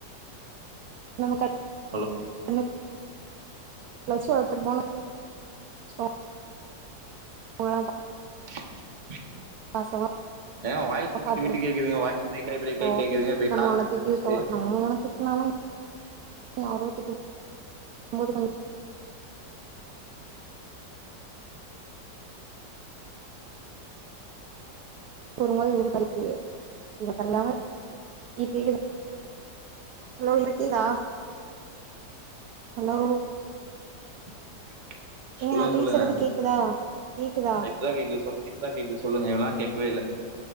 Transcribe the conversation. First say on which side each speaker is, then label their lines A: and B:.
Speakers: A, on the right; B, on the right.
A: நம கட்டு
B: ஹலோ
A: <unintelligible> ச்சு வளர்த்தட்டு <unintelligible> ஆ
B: <inaudible>
A: பாசமா
B: ஏங்க வாய்ஸ் விட்டு
A: பாத்துருப்போ
B: விட்டு கேக்குதுங்க வாய்ஸ் பிரேக் ஆயி பிரேக் ஆயி கேக்குதுங்க இப்ப
A: நம்ம
B: கால்
A: அவன
B: பேச
A: திட்டிருக்க நம்ம தானே திட்டி னாலு யாரோ திட்டம்போது <unintelligible> ஒரு மாரி <unintelligible> இத பண்லாமா <unintelligible> ஹலோ இருக்கீரா ஹலோ
B: <inaudible>
A: ஏங்க
B: சொல்லுங்க
A: நா
B: சொல்லுங்க
A: பேசுறது கேக்குதா கேக்குதா
B: லைட்டா கேக்கு சொல்லு லைட்டா கேக்கு சொல்லுங்க இவல நேரம் கேக்கவே இல்ல